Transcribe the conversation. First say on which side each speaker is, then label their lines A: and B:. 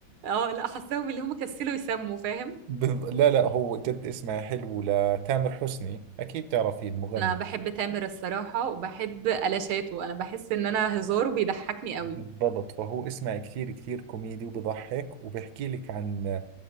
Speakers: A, on the right; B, on the right.
A: اه لا حاساهم اللي هم كسلوا يسموا فاهم
B: بن- لا لا هو جد اسمها حلو لتامر حسني أكيد تعرفيه المغني
A: أنا بحب تامر الصراحة وبحب ألاشاته أنا بحس إن أنا هزاره بيضحكني قوي
B: بالضبط فهو اسمه كثير كثير كوميدي وبضحك وبحكي لك عن